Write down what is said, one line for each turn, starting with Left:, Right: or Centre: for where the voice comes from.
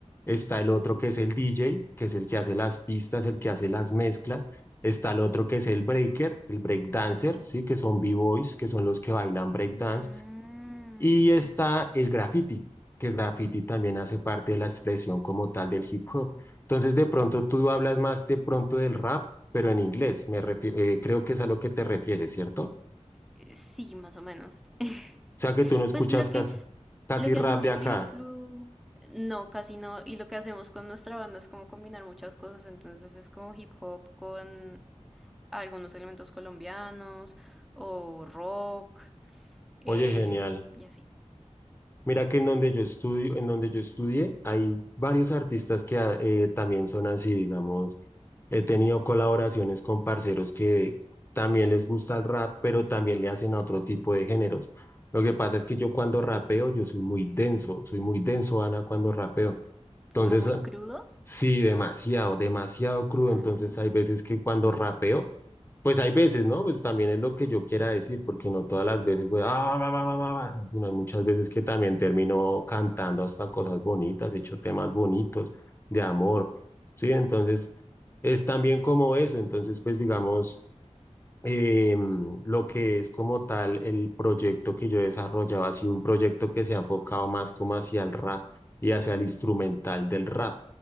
Left: Está el otro que es el DJ, que es el que hace las pistas, el que hace las mezclas. Está el otro que es el breaker, el breakdancer, sí, que son b-boys, que son los que bailan breakdance
Centre: Mm,
Left: y está el graffiti, que el graffiti también hace parte de la expresión como tal del hip hop. Entonces, de pronto tú hablas más de pronto del rap, pero en inglés. Me refi- eh, creo que es a lo que te refieres, ¿cierto? O
Centre: eh, sí, más o menos. <laughs>
Left: sea, que tú no escuchas
Centre: Pues lo que,
Left: casi, casi
Centre: lo que
Left: rap
Centre: hacemos,
Left: de
Centre: por
Left: acá.
Centre: ejemplo, no, casi no, y lo que hacemos con nuestra banda es como combinar muchas cosas, entonces es como hip hop con algunos elementos colombianos o rock eh,
Left: Oye, genial.
Centre: y así,
Left: Mira que en donde yo estudio, en donde yo estudié, hay varios artistas que ah, eh, también son así, digamos. He tenido colaboraciones con parceros que también les gusta el rap, pero también le hacen a otro tipo de géneros. Lo que pasa es que yo cuando rapeo, yo soy muy denso, soy muy denso, Ana, cuando rapeo. Entonces,
Centre: como muy
Left: eh,
Centre: crudo.
Left: Sí, demasiado, demasiado crudo.
Centre: Ah,
Left: Entonces hay veces que cuando rapeo, pues hay veces, ¿no? Pues también es lo que yo quiera decir, porque no todas las veces, voy, ah, va va va va va no, sino hay muchas veces que también termino cantando hasta cosas bonitas, he hecho temas bonitos de amor,
Centre: sí.
Left: ¿sí? Entonces es también como eso. Entonces, pues digamos eh, lo que es como tal el proyecto que yo desarrollaba, ha sido un proyecto que se ha enfocado más como hacia el rap y hacia el instrumental del rap,